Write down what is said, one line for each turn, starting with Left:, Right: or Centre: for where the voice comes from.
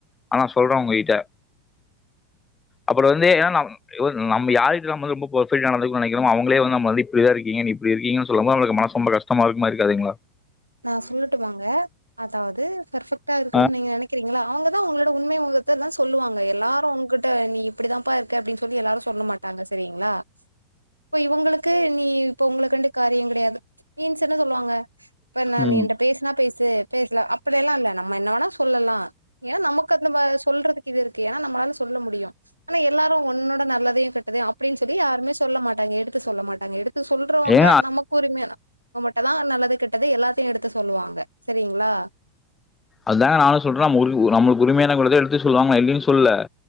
Left: ஆனா சொல்ற உங்ககிட்ட அப்றோ வந்து ஏன்னா நாம யார்கிட்டேயு பெர்வெக்டா நடந் நெனக்கிறமோ அவுங்களே வந்து நம்ம இப்டிதா இருக்கங்கப்படி இருக்கீங்க சொல்லும்போது மனசு ரொம்ப கஷ்டமா இருக்குமா இருக்காதுங்ளா
Right: நா சொல்லட்டுமாங்க அதாவது ஃபெர்பெக்ட் இருக்குனு
Left: ஆ.
Right: நீங்க நெனக்குறீங்களா அவுங்க தா உங்களோட உண்மை உங்க இதெல்லா சொல்லுவாங்க எல்லாரு உங்ககிட்ட நீ இப்படிதாப்பா இருக்க அப்டின்னு சொல்லி எல்லாரு சொல்ல மாட்டாங்க சரிங்ளா இப்ப இவுங்களுக்கு நீ இப்ப உங்கள கண்டு காரியங் கிடையாது மீன்ஸ் என்ன சொல்லுவாங்க இப்ப நா
Left: ம்.
Right: நீ என்ட பேசுனா பேச சேரி பேசல அப்படியெல்லா இல்ல நம்ம என்ன வேணா சொல்லலா ஏன்னா நமக்கு அந்த சொல்றதுக்கு இது இருக்குயா நம்மளால சொல்ல முடியு ஆனா எல்லாரு உன்னோட நல்லதையு கெட்டதயு அப்டின்னு சொல்லி யாருமே சொல்ல மாட்டாங்க எடு சொல்ல மாட்டாங்க எடுத்து சொல்றவங்க
Left: ஏன்னா
Right: நமக்கு உரிம தா நமக்களா ஒரு நல்லது கெட்டது எல்லாத்தையு எடுத்து சொல்லுவாங்க சரிங்ளா
Left: அதா நா சொல்றே நம்ம உரிமையானவங்களுக்கதா எடுத்து சொல்வாங்க இல்லேனு சொல்லல்